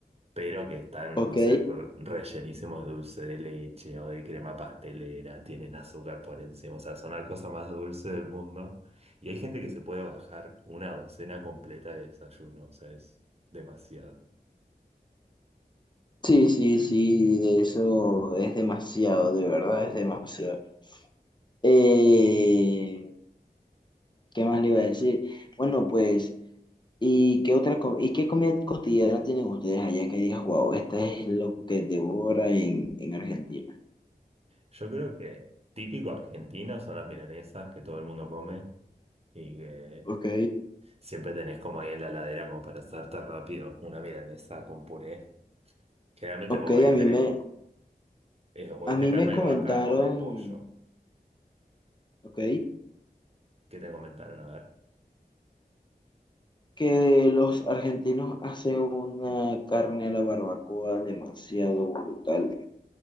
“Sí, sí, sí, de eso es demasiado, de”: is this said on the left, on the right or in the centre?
Left